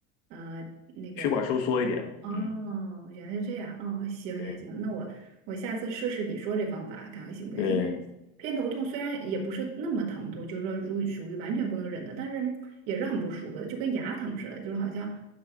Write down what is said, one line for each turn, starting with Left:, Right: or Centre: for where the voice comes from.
Right: 呃那个血管。
Left: 血管收缩一点嘛。
Right: 哦，
Left: 嗯，
Right: 原来是这样。哦，行行行，
Left: 对
Right: 那我我下次试试你说这方法，看看行不行？
Left: 对。
Right: 因为偏头痛虽然也不是那么疼痛，就是说如属于完全不能忍的，但是也是很不舒服的，就跟牙疼似的，就是好像